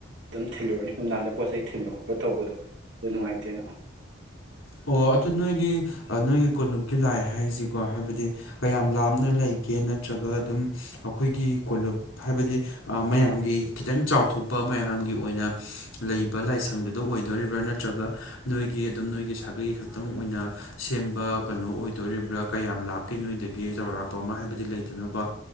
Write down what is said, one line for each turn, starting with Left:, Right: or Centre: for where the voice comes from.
Right: ꯑꯗꯨꯝ ꯊꯤꯜꯂꯨꯔꯅꯤ ꯅꯨꯡꯗꯥꯡꯗ ꯄꯣꯠ ꯆꯩ ꯊꯤꯟꯕ ꯈꯣꯠꯄ ꯇꯧꯕꯗꯣ ꯑꯗꯨ ꯅꯨꯡꯉꯥꯏꯇꯦꯅ
Left: ꯑꯣ ꯑꯗꯨ ꯅꯣꯏꯒꯤ ꯅꯣꯏꯒꯤ ꯀꯣꯂꯨꯞꯀꯤ ꯂꯥꯏ ꯍꯥꯏꯔꯤꯁꯤꯀꯣ ꯍꯥꯏꯕꯗꯤ ꯀꯌꯥꯝ ꯂꯥꯞꯅ ꯂꯩꯒꯦ ꯅꯠꯇ꯭ꯔꯒ ꯑꯗꯨꯝ ꯑꯩꯈꯣꯏꯒꯤ ꯀꯣꯂꯨꯞ ꯍꯥꯏꯕꯗꯤ ꯃꯌꯥꯝꯒꯤ ꯈꯤꯇꯪ ꯆꯥꯎ ꯑꯇꯣꯞꯄ ꯃꯌꯥꯝꯒꯤ ꯑꯣꯏꯅ ꯂꯩꯕ ꯂꯥꯏꯁꯪꯗꯨꯗ ꯑꯣꯏꯗꯣꯔꯤꯕ꯭ꯔꯥ ꯅꯠꯇ꯭ꯔꯒ ꯅꯣꯏꯒꯤ ꯑꯗꯨꯝ ꯅꯣꯏꯒꯤ ꯁꯛ ꯑꯩꯒꯤ ꯈꯛꯇꯪ ꯑꯣꯏꯅ ꯁꯦꯝꯕ ꯀꯩꯅꯣ ꯑꯣꯏꯗꯣꯔꯤꯕ꯭ꯔꯥ ꯀꯌꯥꯝ ꯂꯥꯞꯀꯦ ꯅꯣꯏꯗꯒꯤ ꯆꯥꯎꯔꯥꯛ ꯑꯇꯣꯄ ꯑꯃ ꯍꯥꯏꯕꯗꯤ ꯂꯩꯗꯅꯀꯣ